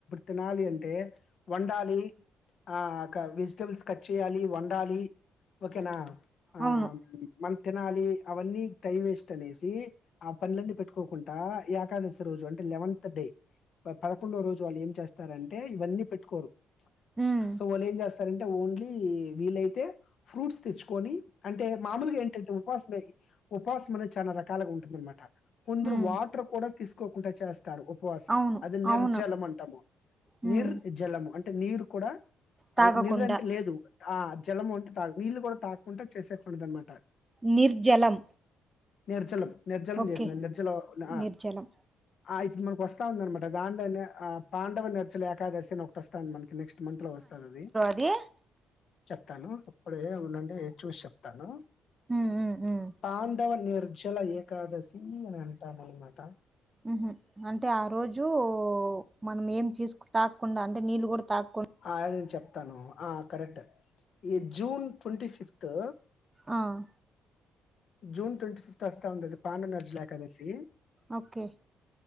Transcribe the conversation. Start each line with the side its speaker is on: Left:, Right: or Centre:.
Left: తినాలి అంటే వండాలి ఆ క వెజ్ టెబుల్స్ కట్ చేయాలి వండాలి ఓకేనా ఆ
Right: అవును.
Left: మల్లి తినాలి అవన్నీ టైం వేస్ట్ అనేసి ఆ పనులన్నీ పెట్టుకోకుంటా ఏకాదశి రోజు అంటే లెవెంత్ డే పదకొండో రోజు వాళ్ళు ఏం చేస్తారంటే ఇవన్నీ పెట్టుకోరు
Right: హ్మ్.
Left: సో వాలేంచేస్ తరంటే ఓన్లీ వీలైతే ఫ్రూట్స్ తెచ్చుకొని అంటే మామూలుగా ఏంటంటే ఉపపాసమే ఉపపావాసం అనేది చాలా రకాలుగా ఉంటుందనమాట కొందరు
Right: హ్మ్.
Left: వాటర్ కూడా తీస్ కోకుంట చేస్ తారు ఉపవాసం
Right: అవును.
Left: అది నిర్జలం
Right: అవును.
Left: అంటాము
Right: ఉమ్
Left: నిర్ జలము అంట్ టె నీరు కూడా
Right: తాగకుండా
Left: అదే నిర్రంటే లేదు ఆ జలం ఉంటది నీళ్ళు కూడా తాకుంటొచ్చేస <unintelligible>
Right: నిర్జలం
Left: నేర్చెలం నిర్జలం
Right: ఓకే
Left: చేసిందండి నిర్జలోనా
Right: నిర్జలం
Left: ఆ ఇప్పుడు మనకొస్తా ఉందనమాట దాంట్లోనే ఆ పాండవ నర్చలు ఏకాదశి అని ఒకటి వస్తాంది మనకి నెక్స్ట్ మంత్ లో వస్తాదది
Right: ది
Left: చెప్తాను అప్పుడు ఏ ఉండండి ఏ చూసి చెప్తాను.
Right: ఉమ్ ఉమ్ ఉమ్
Left: ఆన్ రెండవ నిర్జల ఏకాదశి అని అంటారన్న మాట
Right: ఉహు అంటే ఆ రోజు మనం ఏం తీసుకు తాకుండా అంటే నీళ్ళ కూడా తాకు
Left: అ నేను చెప్తాను ఆ కరెక్ట్ ఈ జూన్ ట్వంటీ ఫిఫ్త్ త్
Right: ఆహ్
Left: జూన్ ట్వంటి ఫిఫ్త్ వస్తా ఉండేది. పాండుండు అర్జ ఏకదాసి
Right: ఓకే